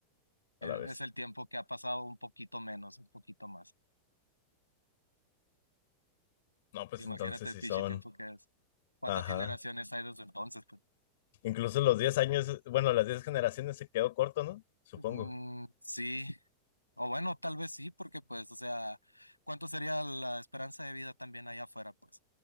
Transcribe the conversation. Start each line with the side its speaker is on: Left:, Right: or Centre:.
Right: Es,
Left: a la vez.
Right: es el tiempo que ha pasado un poquito menos, un poquito más.
Left: No, pues
Right: Imagínate
Left: entonces
Right: el
Left: sí
Right: pinche
Left: son,
Right: tiempo que es. ¿Cuántas
Left: ajá.
Right: generaciones hay desde entonces, pues?
Left: Incluso los 10 años, bueno, las 10 generaciones se quedó corto, ¿no? Supongo.
Right: Mm, sí. O bueno, tal vez sí, porque pues, o sea, ¿cuánto sería la esperanza de vida también allá afuera, pues?